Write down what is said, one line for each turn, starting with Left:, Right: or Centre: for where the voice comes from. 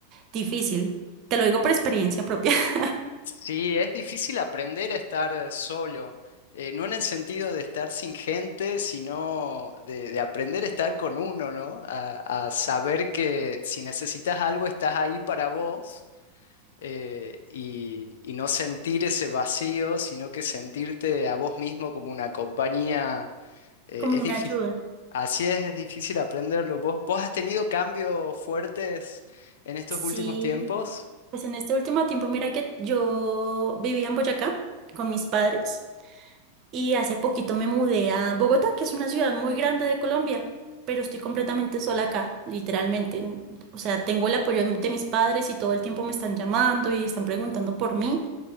Right: difícil. Te lo digo por experiencia propia, <laughs>
Left: Sí, es difícil aprender a estar eh, solo, eh, no en el sentido de estar sin gente, sino de, de aprender a estar con uno, ¿no? A, a saber que si necesitas algo estás ahí para vos eh, y, y no sentir ese vacío, sino que sentirte a vos mismo como una compañía, eh,
Right: como
Left: es
Right: una
Left: difícil.
Right: ayuda.
Left: Así es, es difícil aprenderlo. ¿Vos, vos has tenido cambios fuertes en estos
Right: Sí,
Left: últimos tiempos?
Right: pues en este último tiempo, mira que yo vivía en Boyacá con mis padres. y hace poquito me mudé a Bogotá, que es una ciudad muy grande de Colombia, pero estoy completamente sola acá, literalmente. O sea, tengo el apoyo de mis padres y todo el tiempo me están llamando y están preguntando por mí,